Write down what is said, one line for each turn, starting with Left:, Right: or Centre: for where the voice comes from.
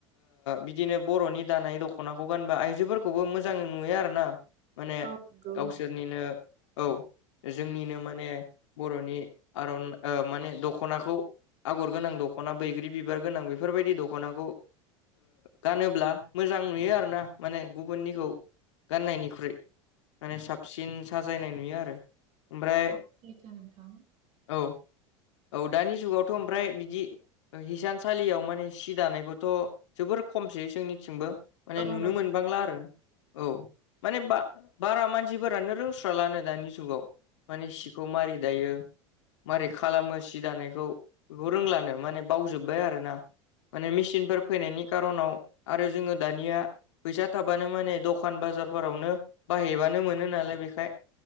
Left: बिदिनो बर'नि दानाय दख'नाखौ गानबा आइजोफोरखौबो मोजां नुयो आर ना माने
Right: औ नंगौ
Left: गावसोरनिनो
Right: नोंथां
Left: औ जोंनिनो माने बर'नि आर'नाइ माने दख दख'नाखौ आगर गोनां दख'ना बैग्रि बिबार गोनां बेफोरबायदि दख'नाखौ गानोब्ला मोजां नुयो आर ना माने गुबुननिखौ गाननायनिख्रुइ माने साबसिन साजायनाय नुयो आरो ओमफाय
Right: औ सैथो नोंथां।
Left: औ। औ दानि जुगावथ' ओमफ्राय बिदि हिसानसालियाव माने सि दानायखौथ' जोबोर खमसै जोंनिथिंबो माने
Right: औ
Left: नुनो
Right: नंगौ
Left: मोनबांला आरो औ माने ब बारा मानसिफोरानो रोंस्राालानो दानि जुगाव माने सिखौ मारै दायो मारै खालामो सि दानायखौ बेखौ रोंलानो माने बावजोबबाय आरोना। माने मेचिनफोर फैनायनि खारनाव आरो जोङो दानिया फैसा थाबानो माने दखान बाजारफोरावनो बाहैबानो मोनो नालाय बेखाय